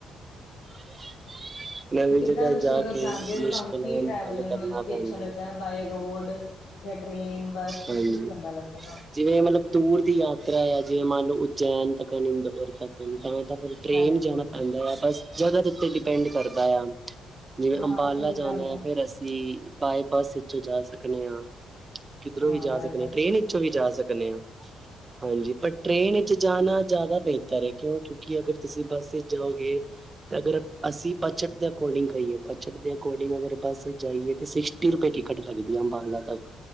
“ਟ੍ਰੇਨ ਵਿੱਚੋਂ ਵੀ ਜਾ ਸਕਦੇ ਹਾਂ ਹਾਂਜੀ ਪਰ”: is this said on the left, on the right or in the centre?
Right